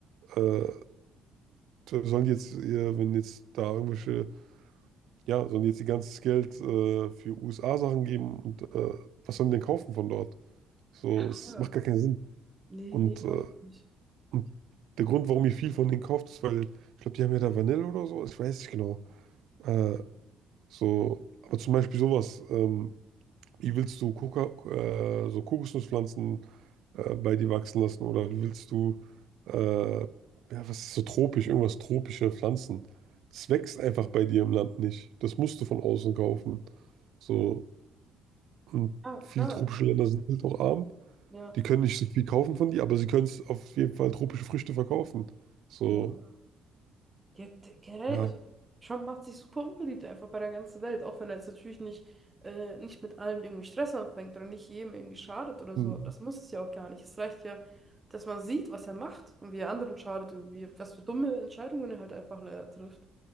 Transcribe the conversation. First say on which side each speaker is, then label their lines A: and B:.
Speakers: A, on the right; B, on the right.
A: äh, sollen die jetzt, äh, wenn jetzt da irgendwelche Ja, sollen die jetzt ihr ganzes Geld äh, für USA-Sachen geben und äh, was sollen die denn kaufen von dort? So,
B: Klar.
A: es macht gar keinen Sinn.
B: Nee,
A: Und,
B: nee, überhaupt
A: äh,
B: nicht.
A: und der Grund, warum ich viel von denen kauft, ist, weil ich glaube, die haben ja da Vanille oder so, ich weiß nicht genau. Äh, so, aber zum Beispiel sowas. Ähm, wie willst du Koka, äh, so Kokosnusspflanzen äh, bei dir wachsen lassen oder wie willst du, äh, ja, was ist so tropisch, irgendwas tropische Pflanzen? Das wächst einfach bei dir im Land nicht. Das musst du von außen kaufen. So, und
B: Ah,
A: viele
B: klar.
A: tropische Länder sind halt auch arm.
B: Ja.
A: Die können nicht so viel kaufen von dir, aber sie können es auf jeden Fall tropische Früchte verkaufen. So,
B: ja. Ja, d- generell,
A: ja,
B: also Trump macht sich super unbeliebt einfach bei der ganzen Welt, auch wenn er jetzt natürlich nicht, äh, nicht mit allen irgendwie Stress anfängt oder nicht jedem irgendwie schadet oder
A: hm,
B: so. Aber das muss es ja auch gar nicht. Es reicht ja, dass man sieht, was er macht und wie er anderen schadet und wie, was für dumme Entscheidungen er halt einfach leider trifft.